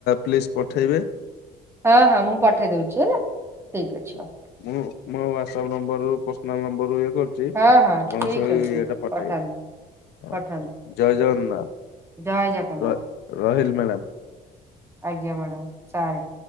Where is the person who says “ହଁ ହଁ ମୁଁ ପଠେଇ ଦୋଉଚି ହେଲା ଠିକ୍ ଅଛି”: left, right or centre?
Right